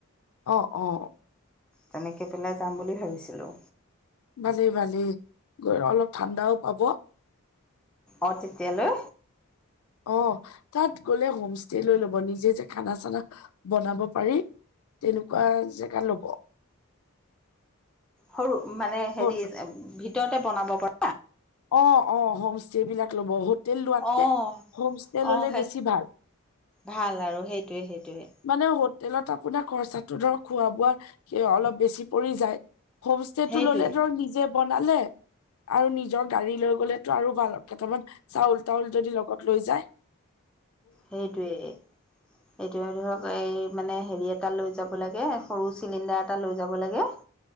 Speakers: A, on the left; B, in the centre.
A: অ' অ'
B: তেনেকৈ পেলাই যাম বুলি ভাবিছিলোঁ।
A: ভালেই, ভালেই গ অলপ ঠাণ্ডাও পাব।
B: অ তেতিয়ালৈ
A: অ তাত গ'লে হোম ষ্টে লৈ ল'ব নিজে যে খানা চানা বনাব পাৰি। তেনেকুৱা জেগা লব।
B: সৰু মানে হেৰি
A: হত
B: ভিতৰতে বনাব পাৰে।
A: অ অ হোম ষ্টে বিলাক লবহুত হোটেল লোৱাতকে
B: অঁ
A: হোম ষ্টে ললে
B: অঁ সেই
A: বেছি ভাল।
B: ভাল আৰু সেইটোৱে সেইটোৱে
A: মানে হোটেলত আপোনাৰ খৰচাতটো ধৰ খোৱা বোৱা অলপ বেছি পৰি যায়। হোম ষ্টে
B: সেইটোৱে
A: টো ললে ধৰ নিজে বনালে আৰু নিজৰ গাড়ী লৈ গ'লেতো আৰু ভাল তমান চাউল, তাউল যদি লগত লৈ যায়।
B: সেইটোৱেই
A: উ
B: এইটো ধৰক এই মানে হেৰি এটা লৈ যাব লাগে সৰু চিলিণ্ডাৰ এটা লৈ যাব লাগে।